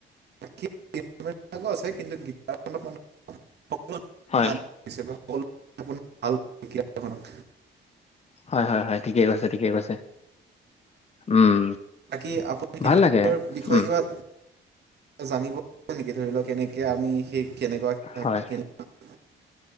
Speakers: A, on the right (about 55°); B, on the left (about 30°).
A: <unintelligible>
B: হয়
A: আপোনাৰ ভাল গীতাৰ কিনক।
B: হয় হয় হয়, ঠিকেই কৈছে ঠিকেই কৈছে উম।
A: বাকী আপুনি গীতাৰ
B: ভাল লাগে
A: বিষয়ে
B: উম
A: কিবা জানিব। নেকি, ধৰি লওক কেনেকে আমি সেই কেনেকুৱা থাক
B: হয়
A: কেনেকুৱা।